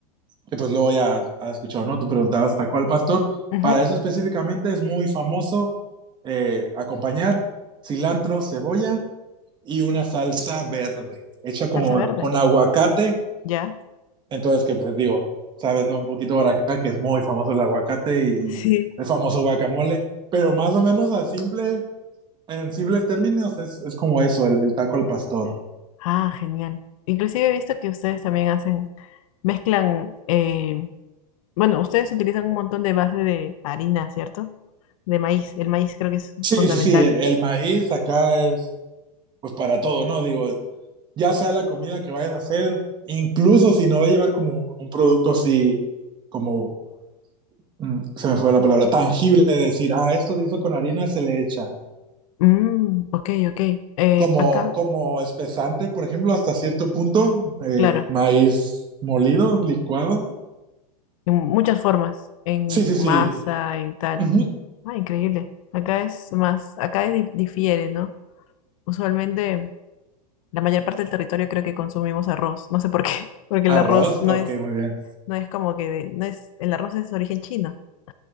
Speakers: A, on the right (about 20°); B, on the left (about 55°).
A: que pues luego ya has escuchado, ¿no? Tú preguntabas taco al pastor,
B: Ujú.
A: para eso específicamente es muy famoso eh, acompañar cilantro, cebolla y una salsa verde hecha como
B: Salsa verde.
A: con aguacate
B: Ya.
A: entonces, que pues digo, sabes, ¿no? Un poquito por acá, que es muy famoso el aguacate y
B: <laughs> Sí.
A: el famoso guacamole, pero más o menos a simple, en simples términos es, es como eso, el, el taco al pastor.
B: Ah, genial. Inclusive he visto que ustedes también hacen, mezclan eh, Bueno, ustedes utilizan un montón de base de harina, ¿cierto? De maíz. El maíz creo que es
A: Sí,
B: fundamental.
A: sí, sí, el maíz acá es pues para todo, ¿no? Digo, ya sea la comida que vayas a hacer, incluso si no va a llevar como un, un producto así, como, mm, se me fue la palabra, tangible, de decir, ah, esto se hizo con harina, se le echa,
B: Mm, ok, ok. Eh,
A: como,
B: acá,
A: como espesante, por ejemplo, hasta cierto punto, eh,
B: claro,
A: maíz molido, licuado.
B: en muchas formas, en
A: Sí, sí, sí.
B: masa, en tal.
A: Ujú.
B: Ah, increíble. Acá es más, acá es dif- difiere, ¿no? Usualmente la mayor parte del territorio creo que consumimos arroz. No sé por qué, <laughs> porque
A: Arroz,
B: el arroz no
A: ok,
B: es,
A: muy bien.
B: no es como que de, no es, el arroz es origen chino. <laughs>